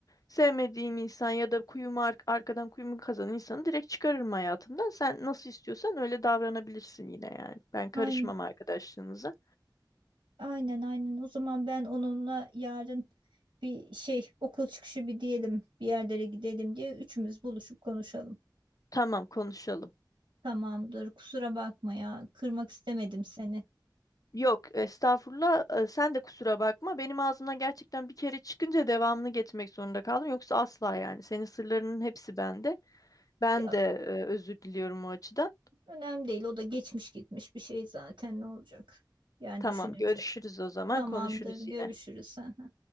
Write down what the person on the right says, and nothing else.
Aynen.
Aynen aynen. O zaman ben onunla yarın bir şey okul çıkışı bir diyelim bir yerlere gidelim diye üçümüz buluşup konuşalım.
Tamamdır. Kusura bakma ya. Kırmak istemedim seni.
Ya
önemli değil. O da geçmiş gitmiş bir şey zaten ne olacak? Yani
düşününce.
Tamamdır.
Görüşürüz.
Hı hı.